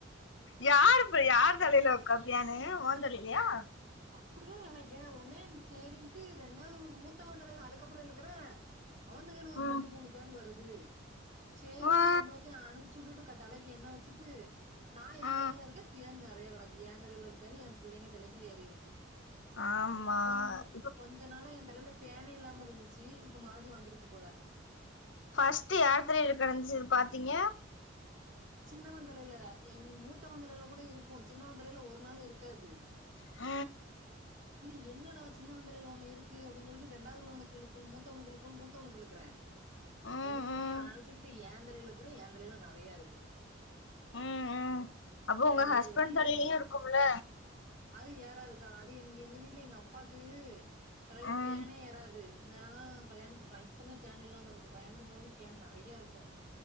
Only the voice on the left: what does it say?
யாருப் யார் தலைலக்கா பேணு ஓ தலைலியா
ம்
ஆ
ஆ
ஆமா
ஃபஸ்ட் யார் தலையில கெடந்துச்சுனு பாத்தீங்க
ஆ
ம்
ம்
ம் ம் அப்போ உங்க
ஹஸ்பண்ட்
தலையிலையு
இருக்கும்ல
ம்